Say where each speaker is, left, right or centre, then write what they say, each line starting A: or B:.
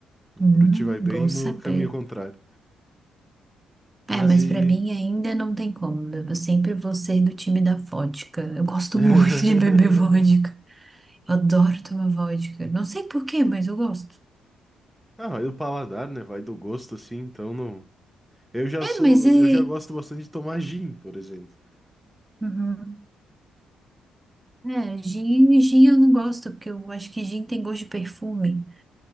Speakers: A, in the centre; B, on the right (about 20°).
A: O
B: Hum,
A: Brute vai bem
B: bom saber.
A: no caminho contrário. Mas
B: É, mas
A: e.
B: pra mim ainda não tem como. né? Eu sempre vou ser do time da vodka. Eu gosto
A: <laughs>
B: <laughs> muito de beber vodka. Adoro tomar vodka. Não sei por quê, mas eu gosto.
A: Ah, vai do paladar, né? Vai do gosto, assim, então não. Eu já
B: É,
A: sou.
B: mas é.
A: Eu já gosto bastante de tomar gin, por exemplo.
B: Uhum. É, gin, gin eu não gosto, porque eu acho que gin tem gosto de perfume.